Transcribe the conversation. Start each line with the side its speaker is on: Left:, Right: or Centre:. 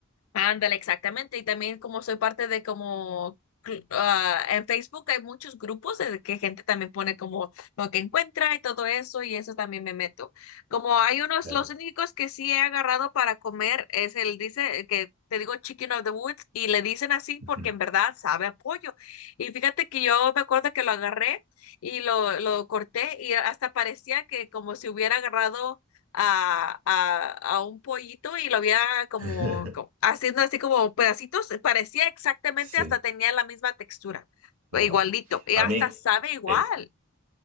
Left: ándale, exactamente, y también como soy parte de como, cl- ah, en Facebook hay muchos grupos de que gente también pone como lo que encuentra y todo eso, y eso también me meto. Como hay unos,
Right: Claro.
Left: los únicos que sí he agarrado para comer es el, dice, eh, que te digo Chicken of the Woods, y le dicen así
Right: <laughs>
Left: porque en verdad sabe a pollo. Y fíjate que yo me acuerdo que lo agarré y lo, lo corté y hasta parecía que como si hubiera agarrado a, a, a un pollito y lo había como,
Right: <laughs>
Left: como haciendo así como pedacitos, parecía exactamente,
Right: Sí,
Left: hasta tenía la misma textura,
Right: wow.
Left: igualito, y
Right: A
Left: hasta
Right: mí,
Left: sabe igual.
Right: eh,